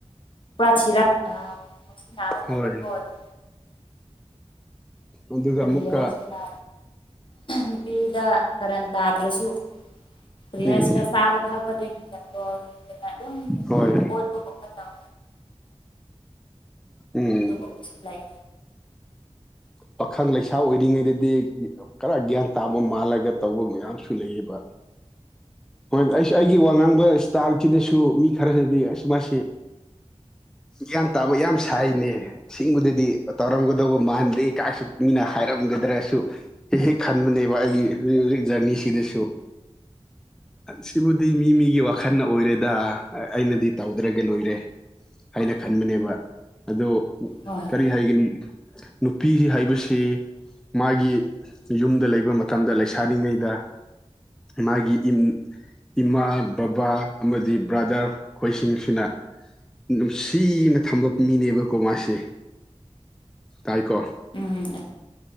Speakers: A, on the left (about 50°); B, in the centre.
A: ꯄꯔꯥ ꯊꯤꯔꯥꯛ ꯑꯥ ꯉꯥꯎꯁꯤꯟꯅꯕ ꯍꯧꯕꯀꯣ
B: ꯍꯣꯏ
A: ꯑꯗꯨ
B: ꯑꯗꯨꯒ
A: ꯀꯔꯤ
B: ꯑꯃꯨꯛꯀ
A: ꯍꯥꯏꯁꯤꯔ ꯅꯨꯄꯤꯗ ꯀꯔꯟ ꯇꯥꯗ꯭ꯔꯁꯨ ꯀꯩ
B: ꯎꯝ
A: ꯍꯥꯢꯁꯤꯔ ꯆꯥꯕ ꯊꯛꯄꯗꯩ ꯍꯧꯗꯅ ꯑꯗꯨꯝ
B: ꯍꯣꯏ
A: ꯑꯣꯠꯄꯒꯨꯝꯕ ꯇꯧ
B: ꯎꯝ
A: ꯑꯗꯨꯒꯨꯝꯕꯁꯨ ꯂꯩ
B: ꯄꯥꯈꯪ ꯂꯩꯁꯥ ꯑꯣꯏꯔꯤꯉꯩꯗꯗꯤ ꯈꯔ ꯒ꯭ꯌꯥꯟ ꯇꯥꯕ ꯃꯥꯜꯂꯒ ꯇꯧꯕ ꯃꯌꯥꯝꯁꯨ ꯂꯩꯌꯦꯕ ꯍꯣꯏ ꯑꯩꯁ ꯑꯩꯒꯤ ꯋꯥ ꯉꯥꯡꯕ ꯏꯁꯇꯥꯐꯁꯤꯗꯁꯨ ꯃꯤ ꯈꯔꯗꯗꯤ ꯑꯁ ꯃꯥꯁꯤ ꯒ꯭ꯌꯥꯟ ꯇꯥꯕ ꯌꯥꯝ ꯁꯥꯏꯅꯦ ꯑꯁꯦꯡꯕꯗꯗꯤ ꯇꯧꯔꯝꯒꯗꯧꯕ ꯃꯥꯟꯗꯦ ꯀꯥꯏꯁꯨ ꯃꯤꯅ ꯍꯥꯏꯔꯝꯒꯗ꯭ꯔꯁꯨ ꯍꯦꯛ ꯍꯦꯛ ꯈꯟꯕꯅꯦꯕ ꯑꯩꯒꯤ ꯍꯧ ꯍꯧꯖꯤꯛ ꯖꯔꯅꯤꯁꯤꯗꯁꯨ ꯁꯤꯕꯨꯗꯤ ꯃꯤ ꯃꯤꯒꯤ ꯋꯥꯈꯜꯗ ꯑꯣꯏꯔꯦꯗ ꯑꯩꯅꯗꯤ ꯇꯧꯗ꯭ꯔꯒ ꯂꯣꯏꯔꯦ ꯑꯩꯅ ꯈꯟꯕꯅꯦꯕ ꯑꯗꯣ
A: ꯍꯣꯏ
B: ꯀꯔꯤ ꯍꯥꯏꯒꯅꯤ ꯅꯨ ꯄꯤ ꯍꯥꯏꯕꯁꯤ ꯃꯥꯒꯤ ꯌꯨꯝꯗ ꯂꯩꯕ ꯃꯇꯝꯗ ꯂꯩꯁꯥꯔꯤꯉꯩꯗ ꯃꯥꯒꯤ ꯏꯝ ꯏꯃꯥ ꯕꯕꯥ ꯑꯃꯗꯤ ꯕ꯭ꯔꯥꯗꯔ ꯈꯣꯏꯁꯤꯡꯁꯤꯅ ꯅꯨꯡꯁꯤꯅ ꯊꯝꯕ ꯃꯤꯅꯦꯕꯀꯣ ꯃꯥꯁꯦ ꯇꯥꯏꯀꯣ
A: ꯎꯝ ꯍꯣꯏ